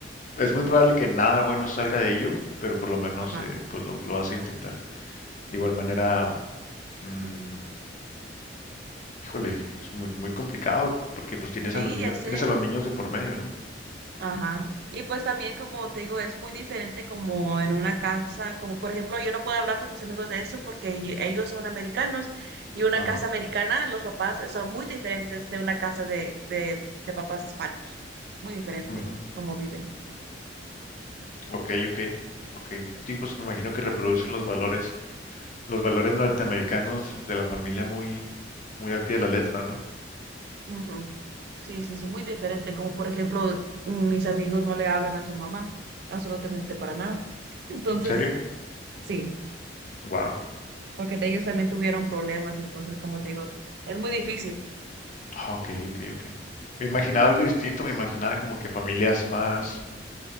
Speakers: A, on the left (about 45°); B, on the right (about 60°).
A: es muy probable que nada bueno salga de ello, pero por lo menos
B: ajá.
A: eh, pues lo, lo vas a intentar. De igual manera, mm, híjole, es muy, muy complicado porque pues tienes
B: Sí,
A: a los niños,
B: ya sé.
A: tienes a los niños de por medio, ¿no?
B: Ajá. Y pues también, como te digo, es muy diferente como en una casa, como por ejemplo, yo no puedo hablar con mis amigos de eso porque yo- ellos son americanos y una
A: Ah,
B: casa americana, los papás son muy diferentes de una casa de, de, de papás hispanos. Muy diferente
A: ujú.
B: cómo viven.
A: Ok, ok, ok. Sí, pues me imagino que reproducen los valores, los valores norteamericanos de la familia muy, muy al pie de la letra, ¿no?
B: Ujú. Sí, sí, son muy diferentes. Como por ejemplo, mis amigos no le hablan a su mamá, absolutamente para nada. <laughs> Entonces,
A: ¿En serio?
B: sí,
A: Wow.
B: porque ellos también tuvieron problemas, entonces, como te digo, es muy difícil.
A: Ah, ok, ok, ok. Me imaginaba algo distinto, me imaginaba como que familias más